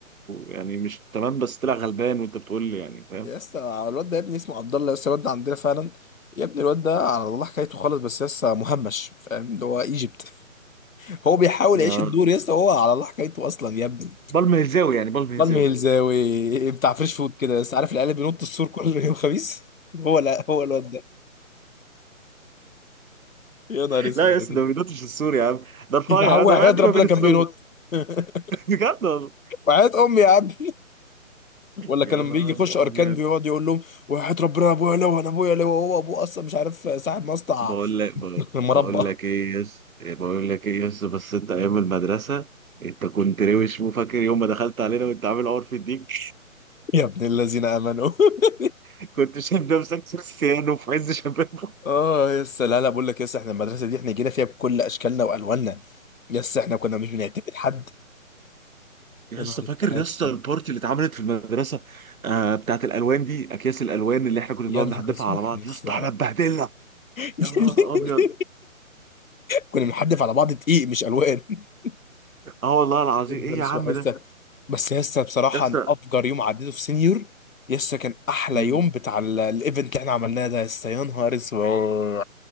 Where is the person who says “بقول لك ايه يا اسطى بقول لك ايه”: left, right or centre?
Right